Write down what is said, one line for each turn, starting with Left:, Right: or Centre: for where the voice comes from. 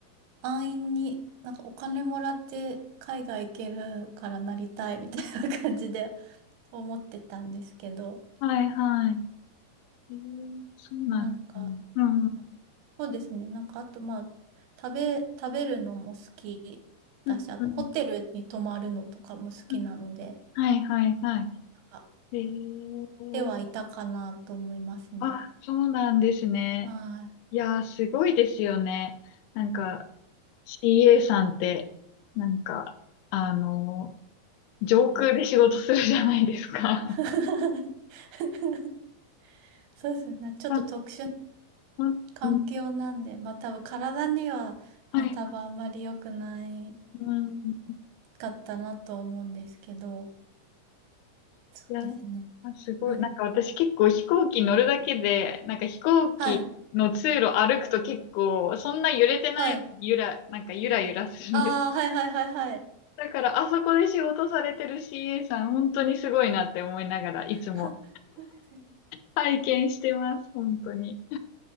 Right: 安易になんかお金もらって海外行けるからなりたいみたいな感じで思ってたんですけど、
Left: はいはい。えー、そうなんですね。
Right: なんか、
Left: うん、
Right: なんだ、
Left: うん、
Right: そうですね、なんかあとまあ、食べ、食べるのも好きだし、
Left: うん、
Right: あとホテルに泊まるのとかも好きなので、
Left: うん。はい、はい、はい。
Right: なんか、
Left: えー、
Right: ではいたかなと思いますね。
Left: あ、そうなんですね。
Right: は
Left: いやー、すごいですよね。なんか、CA さんって、なんか、あのー、上空で仕事するじゃないですか。
Right: い。え <laughs> そうですね、ちょっと特殊な
Left: <laughs> うん、うん、
Right: 環境なんで、
Left: うん
Right: まあ多分体には、
Left: はい、
Right: ね、多分あんまり良くない
Left: うん。うんうん
Right: かったなと思うんですけど、そうですね。
Left: いや、あすごい。
Right: はい。
Left: なんか私結構飛行機乗るだけで、なんか飛行機の通路歩くと結構、
Right: はい。
Left: そんな揺れてない、
Right: はい。
Left: ゆら、なんかゆらゆらするんです。
Right: ああ、はいはいはいはい。
Left: だからあそこで仕事されてる CA さん、本当にすごいなって思いながら、いつも
Right: <laughs> 確かに。
Left: 拝見してます、本当に。